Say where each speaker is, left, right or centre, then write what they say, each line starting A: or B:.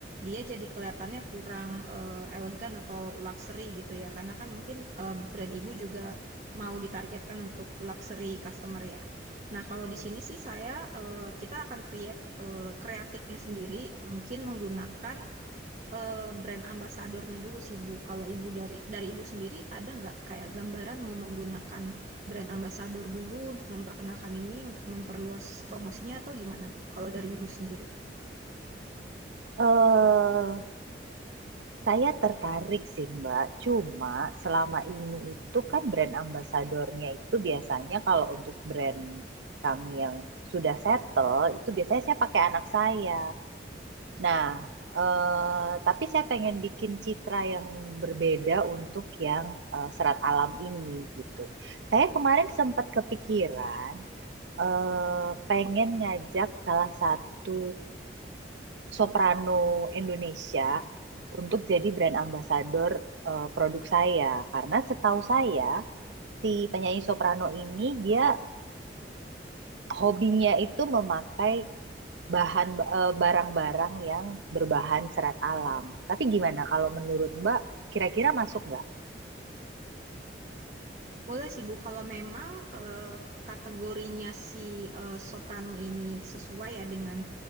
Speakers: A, on the right; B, on the right.
A: dia jadi kelihatannya kurang eh, elegan atau luxury gitu ya. Karena kan mungkin eh, brand ibu juga mau ditargetkan untuk luxury customer ya. Nah kalau di sini sih saya eh, kita akan create eh, kreatifnya sendiri, mungkin menggunakan eh, brand ambasadornya dulu sih Bu. Kalau Ibu dari dari Ibu sendiri ada nggak kayak gambaran mau menggunakan brand ambasador dulu untuk memperkenalkan ini, untuk memperluas promosinya atau gimana Bu? Kalau dari Ibu sendiri.
B: Eh Saya tertarik sih Mbak, cuma selama ini itu kan brand ambasadornya itu biasanya kalau untuk brand kami yang sudah settle, itu biasanya saya pakai anak saya. Nah, eh, tapi saya pengen bikin citra yang berbeda untuk yang eh, serat alam ini gitu. Saya kemarin sempat kepikiran eh, pengen ngajak salah satu soprano Indonesia untuk jadi brand ambassador eh, produk saya. Karena setahu saya, si penyanyi soprano ini dia hobinya itu memakai bahan eh, barang-barang yang berbahan serat alam. Tapi gimana kalau menurut Mbak, kira-kira masuk nggak?
A: Boleh sih Bu, kalau memang eh, kategorinya si eh, Soprano ini sesuai ya dengan